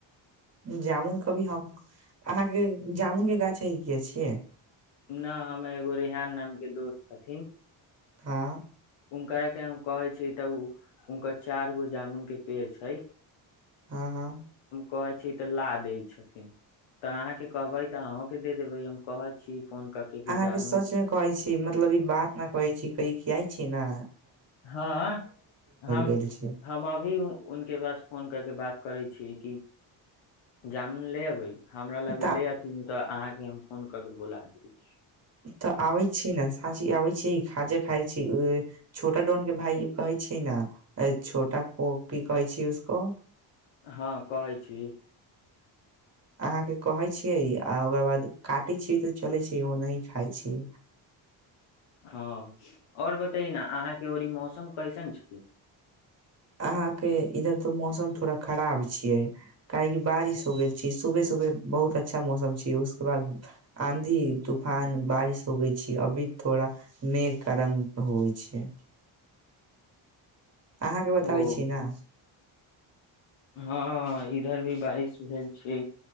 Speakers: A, on the right; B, on the left.
A: जामुन कभि हम अहाँके जामुन के गाछ है किये छै के
B: न हमर एगो रेहान नामके दोस्त छथिन
A: हाँ
B: उनकरा के हम कहे छी तब हुनकर चार गो जामुन के पेड़ छै
A: हँ हँ
B: कहै छी तऽ ला दै छथिन तऽ अहाँके कहबै तऽ अहूं के दे देबै हम कहै छी फोन कऽ कि
A: अहाँ
B: जामुन
A: के सच में कहै छी मतलब ई बात न कहै छी कहि किया छै ना
B: हँ हम
A: गेल छै
B: हम अभी उनके पास फोन करके बात करै छियै कि जामुन ले अबै हमरा लग
A: तऽ
B: ले अथिन तऽ अहाँ अभी हम फोन कऽ के बोला दै छी
A: तऽ आबै छी ने साँझी आबै छियै खाजा खाइ छै छोटा डोन के भाई कहै छै ने छोटा कऽ की कहै छै उसको
B: हँ कहै छी
A: अहाँके कहै छियै आ ओकर बाद काटै छियै तऽ चलै छियै ओनहि खाइ छियै
B: ह और बतैयै न अहाँके ओनहि मौसम कैसन छै
A: अहाँके इधर तऽ मौसम थोड़ा खराब छियै काहेकि बारिश हो गेल छी सुबह सुबह बहुत अच्छा मौसम छै उसके बाद आँधी तूफान बारिश होगई छै अभी थोड़ा मेघ गरम होइ छै अहाँके ब ताबै
B: ओ
A: छियै ना
B: हँ इधर भी बारिश भेल छै